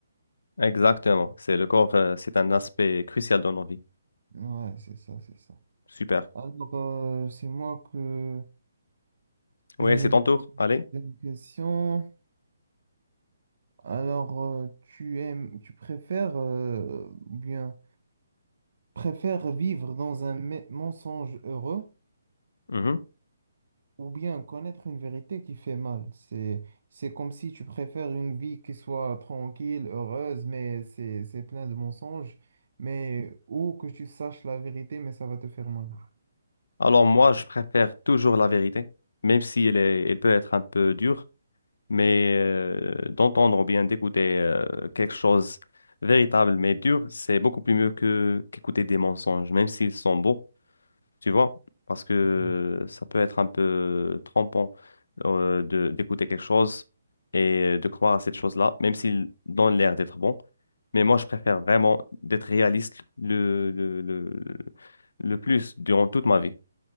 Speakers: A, on the left; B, on the right.
A: Exactement. C'est le corps, euh, c'est un aspect crucial dans nos vies.
B: Ouais, c'est ça, c'est ça.
A: Super.
B: Alors, euh, c'est moi que
A: Oui,
B: je
A: c'est
B: vais
A: ton
B: te poser
A: tour. Allez.
B: une question. Alors, euh, tu aimes, tu préfères, euh, ou bien, préfères vivre dans un me- mensonge heureux
A: Mhm.
B: Ou bien connaître une vérité qui fait mal. C'est, c'est comme si tu préfères une vie qui soit tranquille, heureuse, mais c'est, c'est plein de mensonges. Mais, ou que tu saches la vérité, mais ça va te faire mal.
A: Alors moi, je préfère toujours la vérité, même si elle est, elle peut être un peu dure. Mais euh, d'entendre ou bien d'écouter euh, quelque chose véritable mais dur, c'est beaucoup plus mieux que qu'écouter des mensonges, même s'ils sont beaux, tu vois, parce que
B: Non.
A: ça peut être un peu trompant euh, de d'écouter quelque chose et euh, de croire à cette chose-là, même s'il donne l'air d'être bon. Mais moi, je préfère vraiment d'être réaliste le, le, le, le plus durant toute ma vie.